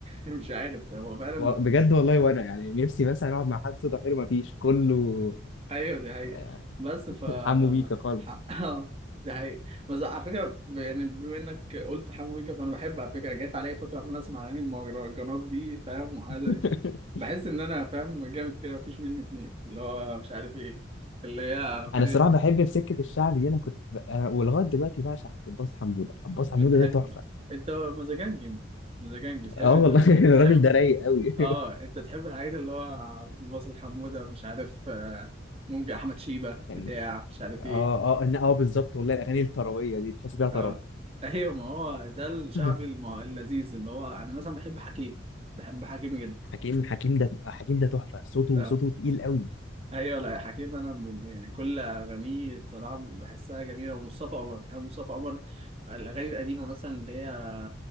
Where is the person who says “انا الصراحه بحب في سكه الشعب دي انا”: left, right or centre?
Left